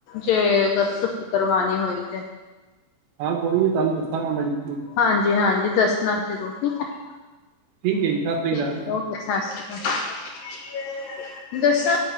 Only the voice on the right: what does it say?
ਹਾਂ ਕੋਈ ਨੀ ਤੁਹਾਨੂੰ ਦੱਸਾਂਗਾ ਮੈਂ ਜ਼ਰੂਰ
ਠੀਕ ਹੈ ਸਤਿ ਜੀ ਸ਼੍ਰੀ ਅਕਾਲ